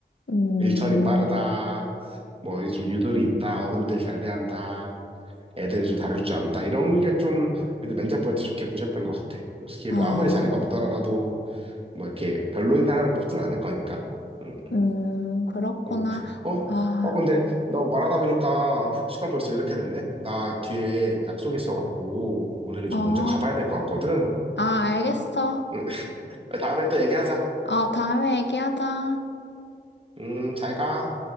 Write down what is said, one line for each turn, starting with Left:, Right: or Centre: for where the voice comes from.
Left: 음,
Right: 일처리 빠르다. 뭐, 좀 유도리 있다. 어른들 잘 대한다. 애들 좀 다룰 줄 안다. 이런 게 좀, 그래도 면접 볼 때 좋게 보셨던 것 같아. 솔직히
Left: 아,
Right: 뭐, 아무리 자리가 없더라도, 뭐, 이렇게 별로인 사람을 뽑진 않을 거니까. 응,
Left: 음, 그렇구나.
Right: 응. 어?
Left: 아,
Right: 어, 근데, 나 말하다 보니까 시간 벌써 이렇게 됐네? 나 뒤에 약속 있어갖고, 오늘은
Left: 어,
Right: 좀 먼저 가봐야 될 것 같거든.
Left: 아, 알겠어.
Right: <laughs> 다음에 또 얘기하자.
Left: 어, 다음에 얘기하자.
Right: 음, 잘 가.